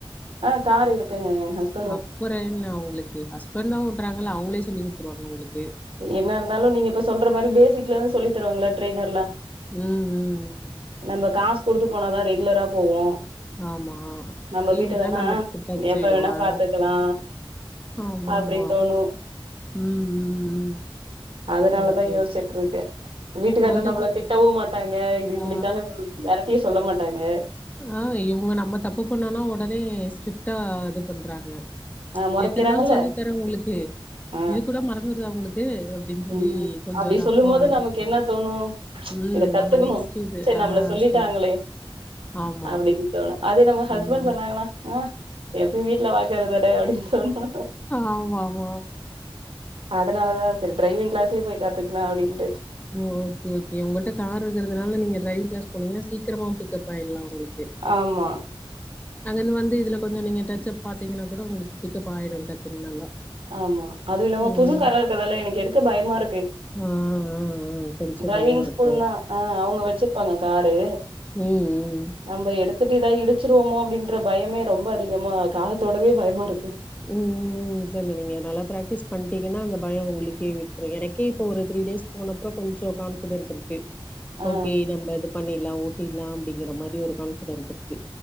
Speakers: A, on the right; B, on the left.
A: ஆ கார் இருக்குங்க எ ஹஸ்
B: அப்பறோ என்ன உங்ளுக்கு ஹஸ்பண்ட் தா ஓட்றாங்கல்ல அவுங்ளே சொல்லி் குட்த்துருவாங்க உங்ளுக்கு
A: என்ன இருந்தாலு நீங்க இப்ப சொல்ற மாரி பேசிக்லந் சொல்லி தருவாங்ளா ட்ரைனர்லா
B: ம் ம் ம்
A: நம்ப காஸ் குடுத்து போனாதா ரெகுலரா போவோ
B: ஆமா
A: நம்ம
B: இதுன்னா
A: வீட்டுக்கார்லா
B: நமக்கு டச்
A: எப்ப
B: விடு
A: வேணா
B: ஆ
A: பாத்துக்கலா
B: ஆமா
A: அப்டி
B: ஆமா
A: தோணு
B: ம் ம் ம்
A: அதுனாலதா
B: ஓகே
A: யோஸ்ச்சிட்ருக்கே வீட்டுக்காரனு
B: உங்கள்ட்ட
A: நம்மள
B: இப்ப
A: திட்டவு மாட்டாங்க இது இப்பிடி
B: ஆ
A: தானு மெரட்டியு சொல்ல மாட்டாங்க
B: ஆ இவுங்க நம்ம தப்பு பண்ணோனா உடனே ஸ்ட்ரிட்டா இது பண்றாங்க
A: ஆ மொறைக்கிறாங்கல்ல
B: எத்தன் நாள் சொல்லி தரே உங்ளுக்கு
A: ஆ
B: இது கூட மறந்துருதா உங்ளுக்கு அப்டின் சொல்லி
A: ம் ம்
B: கொஞ்சோ
A: அப்டி
B: ரஃப்ஃபா
A: சொல்லும் போது
B: இது
A: நமக்கு
B: பண்றாங்
A: என்ன தோணு
B: ம்
A: இத கத்துக்கணு
B: நம்ம நெக்ஸ் சிது
A: சரி
B: ஆ
A: நம்மள சொல்லிட்டாங்களே
B: சேரி ஆமா
A: அப்டின்னு தோணு அதே நம்ம ஹஸ்பண்ட்
B: ம்
A: சொன்னாங்கனா ஆ எப்பயு வீட்ல பாக்கற தான அப்டின் சொன்னா
B: ஆமா ஆமா
A: அதனால தா செரி ட்ரைவிங் க்ளாஸே போய் காத்துக்கலா அப்டின்ட்டு
B: ம் ஓகே ஓகே உங்கள்ட்ட கார் இருக்கறதுனால நீங்க ட்ரைவிங் க்ளாஸ் போனீங்கனா சீக்கிரமாவு பிக்கப் ஆயிர்லா உங்ளுக்கு
A: ஆமா
B: அங்கர்ந்து வந்து இதுல கொஞ்சோ நீங்க டச்சப் பாத்தீங்கன்னா கூட உங்ளுக்கு பிக்கப் ஆயிடு டக்குன் நல்லா
A: ஆமா அது இல்லாம
B: ம்
A: புது கார இருக்கறதால எனக்கு எடுக்க பயமாருக்கு
B: ஆ, ஆ, ஆ, கொஞ்சம்
A: ட்ரைவிங்
B: பயம் இருக்கும்
A: ஸ்கூல்னா ஆ அவுங்க வெச்சிர்ப்பாங்க காரு
B: ம் ம்
A: நம்ம எடுத்துட்டு எதா இடிச்சிருவமோ அப்டின்ற பயமே ரொம்ப அதிகமா கார தொடவே பயமாருக்கு
B: ம் ம் ம் இல்லல்ல நீங்க நல்லா ப்ராக்டீஸ் பண்ட்டீங்கன்னா அந்த பயோ உங்ளுக்கே விட்ரு எனக்கே இப்ப ஒரு த்ரீ டேஸ் போனப்றோ கொஞ்சோ கான்ஃபிடென்ட்ருக்கு
A: ஆ
B: ஓகே நம்ப இது பண்ணீர்லா ஓட்டீர்லா அப்டிங்கிற மாரி ஒரு கான்ஃபிடென்ட்ருக்கு